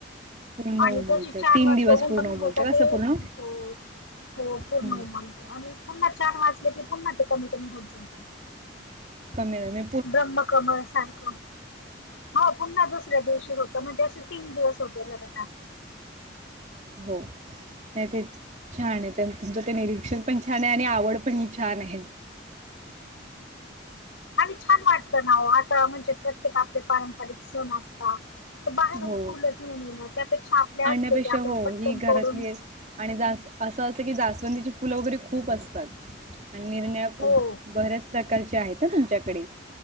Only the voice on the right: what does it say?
पूर्ण
उमलतं
तीन
दिवस
पूर्ण
उमलतं
कसं
पूर्ण
हम्म
कममी
हो. नाही ते, छानय. त्यां- तुमचं ते निरीक्षण पण छानय. आणि आवड पण ही छान आहे.
हो
आणण्यापेक्षा
हो
ही घरातली
आहे. आणि जा असं असत की, जास्वंदीची फुलं वगैरे खूप असतात. आणि निरन्या ब
-बऱ्याच प्रकारचे आहेत आ, तुमच्याकडे.